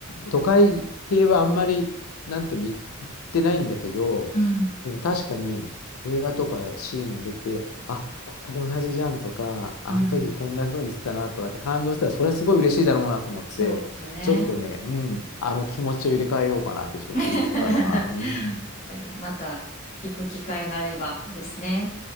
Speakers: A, on the left; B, on the left.
A: 都会系はあんまり、なんとも言い言ってないんだけど、
B: うん、
A: でも確かに映画とかシーンが出て、あ、ここ同じじゃんとか、あの時こんな風にしてたなとかって感動したら、
B: うん、
A: それはすごい嬉しいだろうなと思って、
B: そうですね。
A: ちょっとね、うん、あの気持ちを入れ替えようかなってちょっと思った、
B: <laughs>
A: 今。うん。
B: また行く機会があればですね。